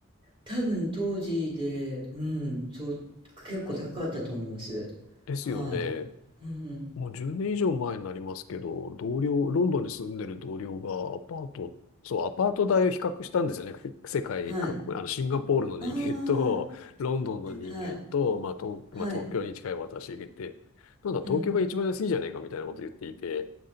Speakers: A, on the right; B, on the left.
A: 多分当時で、うん、そう、結構高かったと思います。
B: ですよね。
A: はい。うん、
B: もう10年以上前になりますけど、同僚、ロンドンに住んでる同僚がアパート、そう、アパート代を比較したんですよね。せ世界各国、
A: はい。
B: あの、シンガポールの人間と、
A: ああ、
B: <laughs> ロンドンの人間と、
A: はいはい。
B: まあ、東、
A: はい。
B: まあ、東京に近い私がいて、なんだ、東京が一番安いじゃないかみたいなこと言っていて、
A: うん、